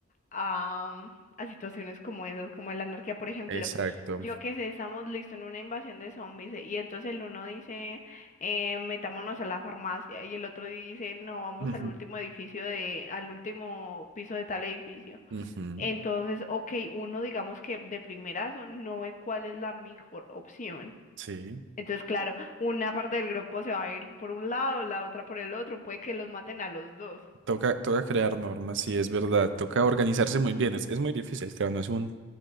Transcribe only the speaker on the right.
Exacto.
Ujú,
ujú,
Sí.
Toca, toca crear normas, sí, es verdad. Toca organizarse muy bien. Es, es muy difícil, claro, no es un,